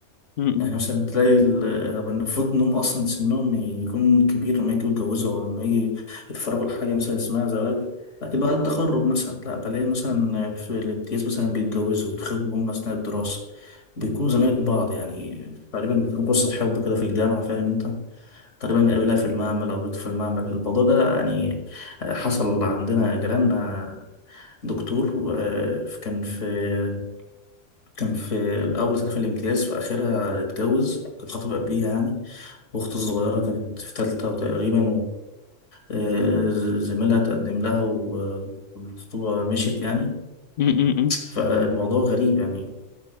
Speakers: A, on the left; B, on the left.
A: م-
B: يعني مثلا تلاقي ال- يعني المفروض إنهم أصلا سنهم يكون كبير لما يجوا يتجوزوا أو لما يجي يتفرغوا لحاجة مثلا اسمها زواج لكن بعد التخرج مثلا لا بلاقي مثلا في الامتياز مثلا بيتجوزوا ويتخطبوا هم أثناء الدراسة بيكونوا زمايل بعض يعني تقريبا بتكون قصة حب كده في الجامعة فاهم أنت تقريبا قابلها في المعمل أو قابلته في المعمل الموضوع ده يعني حصل عندنا جيراننا دكتور آه، كان في كان في أول سنة في الامتياز في آخرها اتجوز كانت خطبة قبليها يعني وأخته الصغيرة كانت في تالتة تقريبا وزميلها تقدم لها و- والخطوبة مشيت يعني
A: م- م- م.
B: فالموضوع غريب يعني